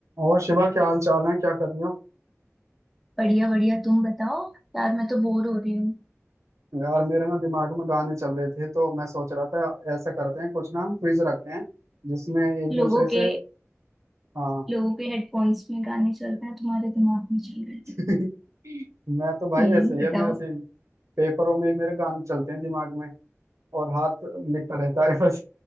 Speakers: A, on the right; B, in the centre.
A: और शिवा क्या हाल चाल है क्या कर रही हो
B: बढ़िया बढ़िया तुम बताओ यार मैं तो बोर हो रही हूँ
A: यार मेरे ना दिमाग में गाने चल रहे थे तो मैं सोच रहा था ऐसा करते हैं कुछ ना हम क्विज रखते हैं जिसमें एक
B: लोगों
A: दूसरे
B: के
A: से हाँ
B: लोगों के हेडफोन्स में गाने चल रहे हैं तुम्हारे दिमाग में चल रहे हैं
A: <laughs> मैं तो भाई
B: हम्म
A: ऐसे ही
B: बताओ
A: है मेरा सीन पेपरों में ही मेरे गाने चलते हैं दिमाग में और हाथ लिखता रहता है बस